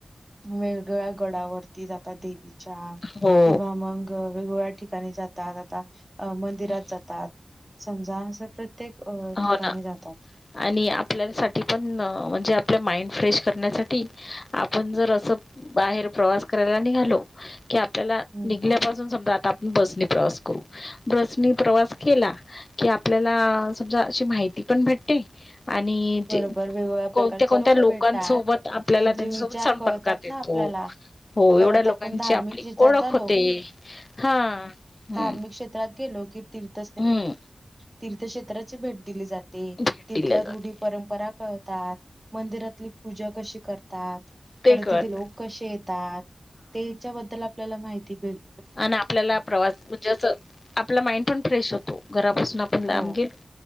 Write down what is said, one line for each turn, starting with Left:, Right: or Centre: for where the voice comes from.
Right: वेगवेगळ्या गडावरती जातात देवीच्या
Left: हो
Right: किंवा मग वेगवेगळ्या ठिक <unintelligible> जात आ मंदिरात
Left: हम्म
Right: जातात समजा <unintelligible> प्रत्येक अ
Left: हो
Right: ठिकाणी
Left: ना
Right: जातात
Left: आणि आपल्यासाठी पण म्हणजे आपल्या माइंड फ्रेश करण्यासाठी आपण जर असं बाहेर प्रवास करायला निघालो की आपल्याला
Right: हं,
Left: निघल्या समजा आपण बसनी प्रवास करू बसनी प्रवास केला की आपल्याला समजा अशी माहिती पण भेट ती आणि
Right: बरोबर
Left: जे
Right: वेगवेगळ्या
Left: कोणत्या,
Right: प्रकारचे
Left: कोणत्या
Right: लोक
Left: लोकांसोबत
Right: भेटतात.
Left: आपल्याला
Right: त्यांचे
Left: त्यांच्यासोबत
Right: विचार
Left: संपर्कात
Right: कळतात
Left: त
Right: ना आपल्याला.
Left: हो
Right: परत
Left: एवढ्या लोकांची
Right: आपण धार्मिक
Left: आपली
Right: ह्याच्यात
Left: ओळख
Right: झालो
Left: होते हा हम्म
Right: धार्मिक क्षेत्रात गेलो की तीर्थ
Left: हम्म
Right: तीर्थक्षेत्राची भेट दिली जाते
Left: भेट
Right: तिथल्या
Left: दिल्या जाते
Right: रूढी परंपरा कळतात मंदिरातली पूजा कशी करतात
Left: ते
Right: पर
Left: कळत
Right: तिथे लोक कसे येतात त्याच्याबद्दल आपल्याला माहिती भेट
Left: आण आपल्याला प्रवास म्हणजे असं आपला माइंड पण फ्रेश होतो घरापासून आपण लांब
Right: हो
Left: गेलो